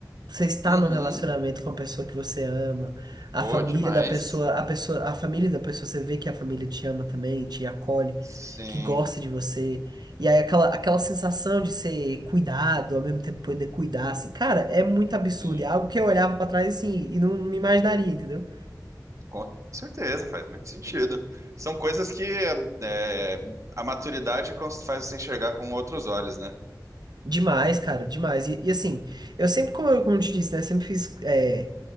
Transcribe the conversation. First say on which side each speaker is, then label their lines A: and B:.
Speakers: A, on the right; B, on the right.
A: Você está
B: Uhum.
A: num relacionamento com a pessoa que você ama, a
B: Pô,
A: família
B: demais.
A: da pessoa, a pessoa, a família da pessoa, você vê que a família te ama também, te acolhe,
B: Sim,
A: que gosta de você. E aí aquela, aquela sensação de ser cuidado, ao mesmo tempo poder cuidar, assim, cara, é muito absurdo.
B: sim.
A: É algo que eu olhava pra trás assim e não me imaginaria, entendeu?
B: Com certeza, faz muito sentido. São coisas que é, a maturidade cons- faz você enxergar com outros olhos, né?
A: Demais, cara, demais. E, e, assim, eu sempre, como eu, como eu te disse, né, sempre fiz é,